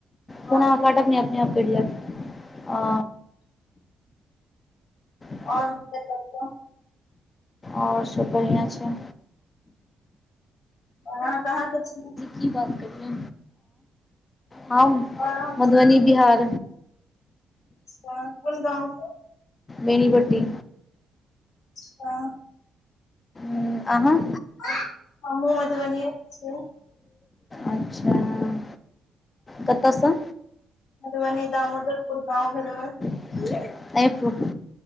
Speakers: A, on the left; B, on the left.
A: फोन
B: और
A: अहाँ कट नय अपने आप कइट जैत आ <inaudible>
B: और बतबियौ
A: और सब बढ़ियां छैय <inaudible>
B: और अहाँ कहाँ के छी
A: की बात करयै हम
B: और अहाँ
A: मधबनी बिहार
B: अच्छा कोन गाँव से
A: बेनीपट्टी
B: अच्छा
A: हुँ अहाँ
B: <inaudible> हमहु मधुबनीये के छियै
A: अच्छा कतअ स
B: मधबनी दामोदरपुर गाँव भेल हमर
A: <inaudible>